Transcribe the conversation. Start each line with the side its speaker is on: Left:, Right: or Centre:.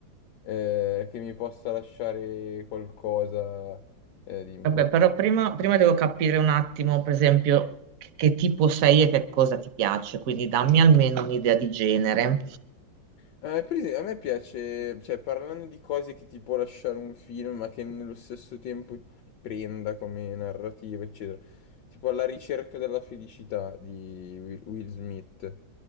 Left: eh, che mi possa lasciare qualcosa eh, di importante.
Right: Vabbè, però prima, prima devo capire un attimo, per esempio, che, che tipo sei e che cosa ti piace, quindi dammi almeno un'idea di genere.
Left: Eh, per esempio, a me piace, cioè, parlando di cose che ti può lasciare un film, ma che nello stesso tempo ti prenda come narrativa, eccetera. Tipo La ricerca della felicità di Will Will Smith.